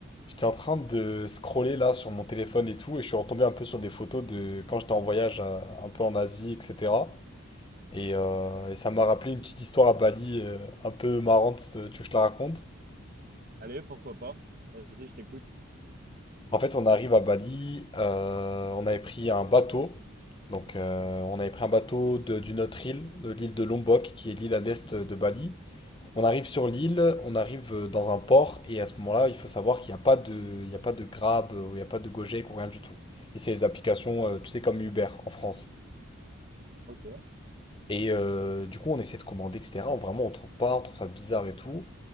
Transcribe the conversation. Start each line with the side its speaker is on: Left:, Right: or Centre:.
Left: J'étais en train de scroller là sur mon téléphone et tout, et je suis retombé un peu sur des photos de quand j'étais en voyage euh, un peu en Asie, etc. Et, euh, et ça m'a rappelé une petite histoire à Bali euh, un peu marrante, euh, tu veux que je te la raconte?
Right: Allez, pourquoi pas? Vas-y, je t'écoute.
Left: En fait, on arrive à Bali, euh, on avait pris un bateau, donc euh, on avait pris un bateau de- d'une autre île, de l'île de Lombok, qui est l'île à l'est de Bali. On arrive sur l'île, on arrive euh, dans un port, et à ce moment-là, il faut savoir qu'il n'y a pas de, il n'y a pas de Grab, euh, il n'y a pas de Gojek ou rien du tout. Et c'est les applications, euh, tu sais, comme Uber en France.
Right: Ok.
Left: Et euh, du coup, on essaie de commander, etc. On, vraiment, on trouve pas, on trouve ça bizarre et tout.